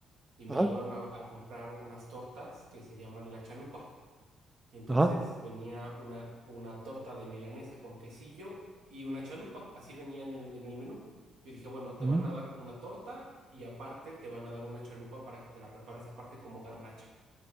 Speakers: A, on the right; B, on the right.
A: y me
B: Ajá,
A: llevaron a, a comprar unas tortas que se llaman la chalupa. Y entonces
B: ajá,
A: venía una, una torta de milanesa con quesillo y una chalupa, así venía en el, en el menú. Yo dije, bueno, te
B: mm,
A: van a dar una torta y aparte te van a dar una chalupa para que te la prepares aparte como garnacha.